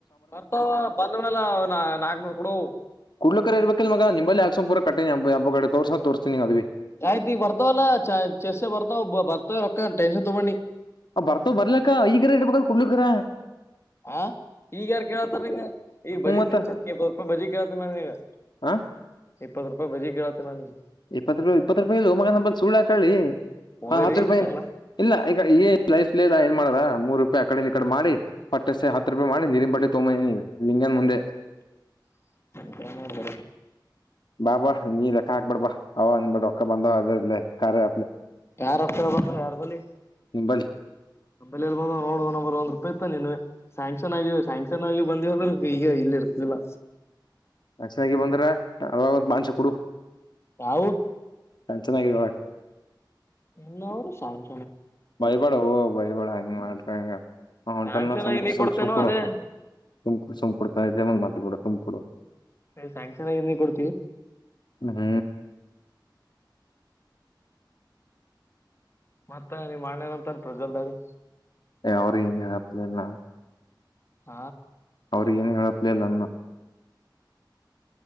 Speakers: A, on the left; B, on the left.
A: ಬರ್ತಾವ ಬಂದ ಮೇಲೆ ನ ನಾಕ್ನೂರ್ ಕೊಡು.
B: ಕುಡ್ಲಕರ ಇರ್ಬೇಕ ಇಲ್ ಮಗ ನಿಂಬಲ್ಲಿ ಹಾಕ್ಸ ಪೂರ ಕಟ್ಟಿಬ್ ಕಡೆ ತೋಸ ತೋರ್ಸನಿ ಅದವಿ.
A: ಆಯ್ತಿ ಈ ಬರ್ತಾವಲ್ಲಾ ಚ ಚಸ್ಸೆ ಬರ್ತಾವ ಬರ್ತಾವ ರೊಕ್ಕ ಟೆನ್ಷನ್ ತೊಗೋಬ್ಯಡ್ ನೀ.
B: ಆ ಬರ್ತವ ಬರ್ಲಕ್ಕ ಈಗರ ಇಡ್ಬೇಕ ಕುಡ್ಲಿಕ್ರ.
A: ಹ ಈಗ ಯಾರ ಕೇಳತ್ತಾರ ನೀಂಗ ಈಗ ಬಜಿ
B: ಹ್ಞೂ ಮತ್ತ
A: ತಿನ್ಸತ್ ಇಪ್ಪತ್ತು ರೂಪಾಯಿ ಬಜಿ ಕೇಳ್ತೀ ನಂಗೆ.
B: ಹಾ
A: ಇಪ್ಪತ್ತು ರೂಪಾಯಿ ಬಜ್ಜಿ ಕೇಳತ್ತೆ ನಾ ನಿನಗೆ.
B: ಇಪ್ಪತ್ತು ರೂಪಾಯಿ ಇಪ್ಪತ್ತು ರೂಪಾಯಿ ಇಲ್ ಮಗ ನಂಬಲ್ಲಿ ಸುಳ್ಳ ಯಾಕೇಳ್ಳಿ.
A: ಮೊಗರಿ
B: ಹಾ ಹತ್ತು ರೂಪಾಯಿ
A: ಕಲ್ಲ
B: ಇಲ್ಲ ಈಗ ಏ <unintelligible> ಮಾಡದ ಮೂರು ರೂಪಾಯಿ ಅಕಡಿಂದ ಈಕಡೆ ಮಾಡಿ ಪಟ್ಟಷ್ಟೆ ಹತ್ತು ರೂಪಾಯಿ ಮಾಡಿ ನೀರಿ ಬಟ್ಲೀ ತೊಬಂದಿದೀನಿ ಲಿಂಗನ್ ಮುಂದೆ.
A: <inaudible>
B: ಬಾ ಬಾ ನೀ ಲೆಕ್ಕ ಹಾಕ್ಬೇಡ್ಬಾ ಅವ ನಿನ್ಬಟ್ಟ ಒಕ್ಕ ಬಂದವ ಅದ ಇ ಕಾರ ಅಪ್
A: ಯಾರ ಹತರ ಬ ಯಾರ ಬಲಿ
B: ನಿಂಬಳಿ
A: ಲ್ಲಿ ಬಂದ ನೋಡುವ ನರ್ ಒಂದ್ ರೂಪಾಯಿ ಇತ್ತ ನೀವ ಶ್ಯಾಂಕ್ಷನ್ ಆಗಿ ಶ್ಯಾಂಕ್ಷನ್ ಆಗಿ ಬೀವ ಅಂದ್ರ ಈಗ ಇ ಇತದಲ್ಲ
B: ಅ ಚೆನ್ನಾಗಿ ಬಂದ್ರ ಅಲ್ ಒಂತ ಮಾಂಸ ಕೊಡು
A: ಯವು
B: ನ್ ಚೆನ್ನಾಗಿದ ಒಳ
A: ಇನ್ನ ಅವರು ಸಲ್
B: ಬೈಬೇಡ ಓ ಬೈಬೇಳ ಹೆಂಗ್ ಮಾಡ್ರಿ ಹಂಗ ಆ ಹೊಂಟೆಲ್
A: ಸ್ಯಾಂಕ್ಷನ್
B: ನ ಸುಮ
A: ಆಗಿ ನೀ
B: ಸ್ವಲ್ಪ
A: ಕೊಡ್ತೇನೋ
B: ಸುಕಳ
A: ಅದೇ
B: ಸಂಕುಳ ಸಂಕೂಳತಮ್ ಮಾತ ಕೊಡ ಸಂಕೂಳ
A: ಸ ಸ್ಯಾಂಕ್ಷನ್ ನೀ ಕೊಡ್ತೀವಿ
B: ಹ್ಮ್
A: ಮತ್ತ ನೀ ಮಣ್ಣೇನ ಅಂತನ್ ಪ್ರಜಲ್ದಡಿ
B: ಯ್ರ ಏನು ಹಪ್ಲಲ್ಲ
A: ಹ
B: ಅವ್ರಿಗಏನು ಹೇಳಪ್ಲಲ್ಲನ್ನ